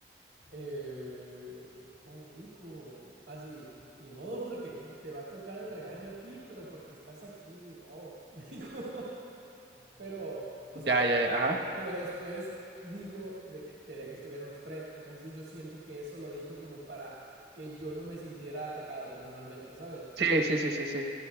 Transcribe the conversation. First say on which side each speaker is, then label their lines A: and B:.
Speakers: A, on the right (about 85°); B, on the right (about 65°).
A: Eh, ¿cómo me dijo? Así, ni modo, Jorge, te va a tocar el regaño a ti, pero porque estás aquí, ni modo, <laughs> me dijo. Pero, o
B: ya,
A: sea,
B: ya, ya, ajá.
A: pero después dijo de que quería que estuvieran los tres, entonces yo siento que eso lo dijo como para que yo no me sintiera atacado personalmente, ¿sabes?
B: Sí, sí, sí, sí, sí.